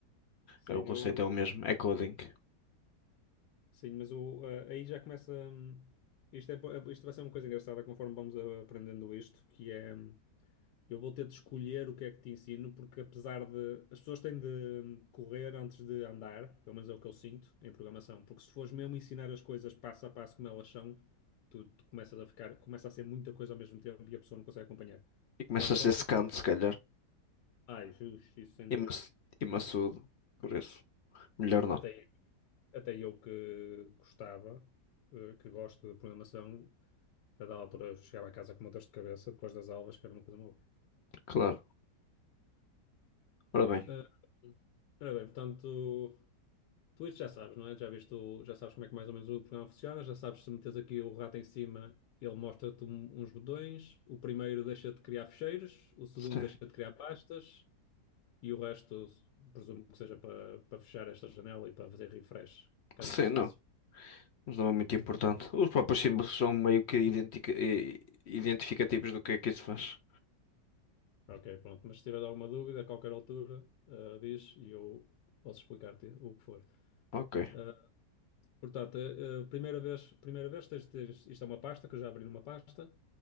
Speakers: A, on the left; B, on the left.
A: Sim,
B: É, o conceito
A: eu-
B: é o mesmo, é coding.
A: sim, mas o, eh, aí já começa. hum, Isto, é, po- isto vai ser uma coisa engraçada conforme vamos eh, aprendendo isto, que é. hum, Eu vou ter de escolher o que é que te ensino, porque apesar de. As pessoas têm de correr antes de andar, pelo menos é o que eu sinto em programação, porque se fores mesmo ensinar as coisas passo a passo como elas são, tu, tu começas a ficar. Começa a ser muita coisa ao mesmo tempo e a pessoa não consegue acompanhar.
B: E começa
A: Portanto,
B: a ser
A: quando.
B: secante, se calhar,
A: Ai, Jesus, isso sem
B: e,
A: dúvida.
B: maç- e maçudo, por isso. Melhor não,
A: Até, até eu que gostava, eh, que gosto de programação, a dada altura eu chegava a casa com uma dor de cabeça depois das aulas, que era uma coisa maluca.
B: claro. Ora bem,
A: Eh, Ora bem, portanto, Tu isto já sabes, não é? Já viste o- já sabes como é que mais ou menos o programa funciona, já sabes se metes aqui o rato em cima, ele mostra-te um- uns botões, o primeiro deixa-te criar ficheiros, o segundo
B: sim,
A: deixa-te criar pastas e o resto presumo que seja para, para fechar esta janela e para fazer refresh, caso
B: sim,
A: precises.
B: não, mas não é muito importante. Os próprios símbolos são meio que identica- i- identificativos do que é que isso faz.
A: Ok, pronto. Mas se tiver alguma dúvida, a qualquer altura, ah, diz e eu posso explicar-te o que for.
B: Ok.
A: Eh, Portanto, a, a primeira vez, primeira vez tens de isto é uma pasta, que eu já abri numa pasta,